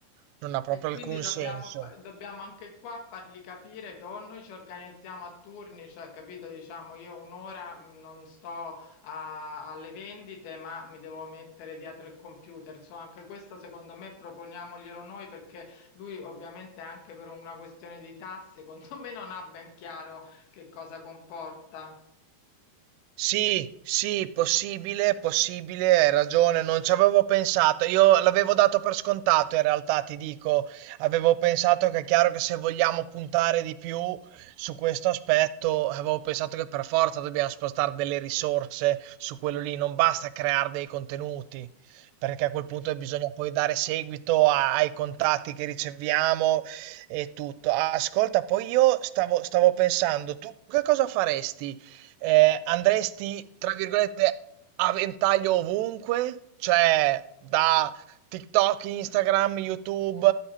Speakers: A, on the right; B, on the left.
A: Non ha proprio
B: E quindi
A: alcun
B: dobbiamo,
A: senso.
B: fa- dobbiamo anche qua fargli capire che o noi ci organizziamo a turni, cioè capito, diciamo io un'ora mh, non sto a- alle vendite, ma mi devo mettere dietro il computer. So, anche questo secondo me proponiamoglielo noi perché lui ovviamente anche per una questione di tasse, <laughs> secondo me non ha ben chiaro che cosa comporta.
A: Sì, sì, possibile, possibile, hai ragione, non ci avevo pensato. Io l'avevo dato per scontato, in realtà, ti dico, avevo pensato che è chiaro che se vogliamo puntare di più su questo aspetto, avevo pensato che per forza dobbiamo spostare delle risorse su quello lì, non basta creare dei contenuti, perché a quel punto bisogna poi dare seguito a- ai contatti che riceviamo e tutto. Ascolta, poi io stavo, stavo pensando, tu che cosa faresti? eh, andresti, tra virgolette, a ventaglio ovunque, cioè da TikTok, Instagram, YouTube,